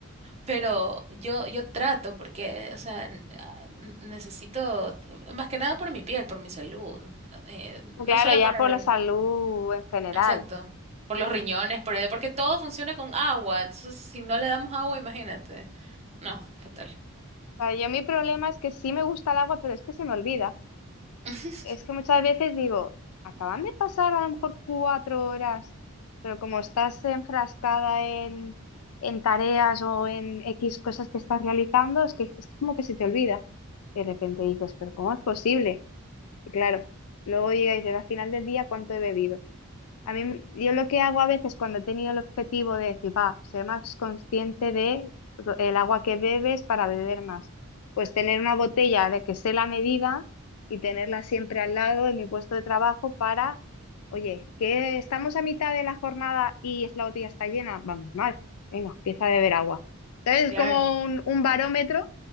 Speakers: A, on the right (about 30°); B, on the left (about 85°).
A: Pero yo, yo trato porque, o sea, n- ah, n- necesito, más que nada por mi piel, por mi salud, eh, no
B: Claro,
A: solo
B: ya
A: por
B: por
A: el-
B: la salud en general.
A: exacto, por los riñones, por el- porque todo funciona con agua, entonces si no le damos agua, imagínate. No, fatal.
B: O sea, yo mi problema es que sí me gusta el agua, pero es que se me olvida.
A: <laughs>
B: es que muchas veces digo, acaban de pasar a lo mejor cuatro horas, pero como estás enfrascada en, en tareas o en X cosas que estás realizando, es que es como que se te olvida. De repente dices, pero ¿cómo es posible? Y claro, luego llega y dices, al final del día, ¿cuánto he bebido? A mí, yo lo que hago a veces cuando he tenido el objetivo de decir, va, ser más consciente de el agua que bebes para beber más. Pues tener una botella de que sé la medida y tenerla siempre al lado en mi puesto de trabajo para, oye, que estamos a mitad de la jornada y es- la botella está llena, vamos mal, venga, empieza a beber agua. Entonces
A: Claro.
B: es como un, un barómetro